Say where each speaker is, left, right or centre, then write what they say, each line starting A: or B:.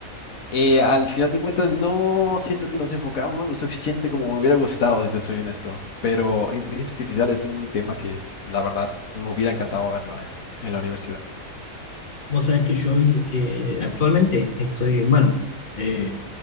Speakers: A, on the left (about 75°); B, on the left (about 40°).
A: Eh, al final de cuentas, no siento que nos enfocamos lo suficiente como me hubiera gustado, si te soy honesto. Pero inteligencia artificial es un tema que, la verdad, me hubiera encantado verlo en, en la universidad.
B: Vos sabés que yo hice, eh, actualmente estoy, bueno, eh,